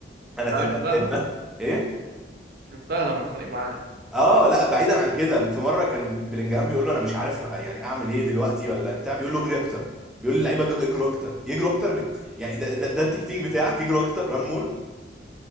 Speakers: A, in the centre; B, on the right.
A: انا تب...
B: أنا شفتها
A: اتبت- ايه
B: شفتها لما اتخانق معاه
A: اه لا بعيدا عن كده في مره كان بلينجهام بيقول له انا مش عارف يعني اعمل ايه دلوقتي ولا بتاع بيقول له اجري اكتر بيقول للعيبه اجروا اجروا اكتر يجروا اكتر من يعني ده ده, ده التكتيك بتاعك يجروا اكتر ران مور